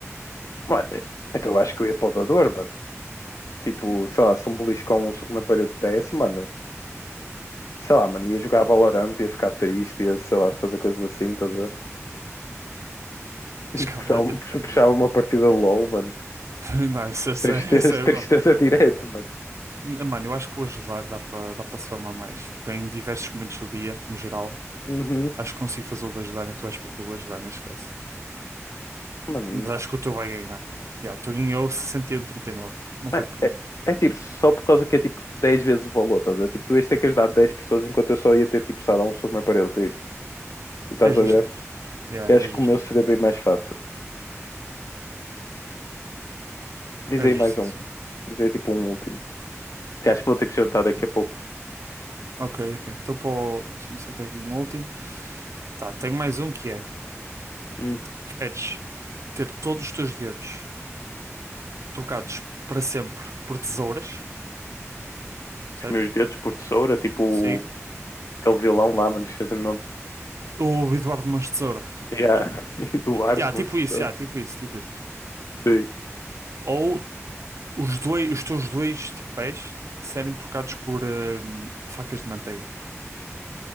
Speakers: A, on the left; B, on the right.
A: Mano, então eu acho que eu ia para o dador, mano. Tipo, sei lá, se um beliscão, um soco na parede desse, mano. Sei lá, mano, ia jogar Valorant, ia ficar triste, ia, sei lá, fazer coisas assim, estás a ver?
B: Escalante
A: Puxava,
B: fica
A: puxava <laughs> uma partida low, mano.
B: <laughs> Não, essa, essa,
A: Tristeza,
B: essa
A: <laughs>
B: é. boa.
A: tristeza direto, mano.
B: Mano, eu acho que o ajudar dá para dá para se famar mais. Tipo, em diversos momentos do dia, no geral,
A: Uhum,
B: acho que consigo fazer o de ajudar, então acho que vou com o de ajudar neste caso.
A: mano.
B: Mas acho que o teu vai ganhar. Yeah, o teu ganhou 61,39. Não foi
A: É,
B: por muito.
A: é- é tipo, só por causa que é tipo 10 vezes o valor, estás a ver? Tipo, tu ias ter que ajudar dez pessoas enquanto eu só ia ter tipo, sei lá, um soco na parede para isso. E estás
B: É justo,
A: a ver?
B: é justo. é justo. Yeah,
A: Eu acho
B: é justo.
A: que o meu seria bem mais fácil. Diz
B: É justo,
A: mais
B: sim,
A: um.
B: sim.
A: Diz tipo um último. Que acho que vou ter que jantar daqui a pouco.
B: Ok, ok. Então, pô, deixa-me sacar aqui um último. Tá, tenho mais um que é:
A: Hum,
B: preferes ter todos os teus dedos trocados para sempre por tesouras, certo?
A: os meus dedos por tesoura, tipo o-
B: Sim.
A: aquele violão lá, mano, esqueci o nome.
B: Ou Eduardo Mãos de Tesoura.
A: Yeah. <laughs> Eduardo,
B: Tipo, yeah,
A: meu
B: tipo
A: tesouro.
B: isso, yeah, tipo isso, tipo isso.
A: Sim.
B: Ou Os dois, os teus dois tipo pés serem trocados por hum, facas de manteiga.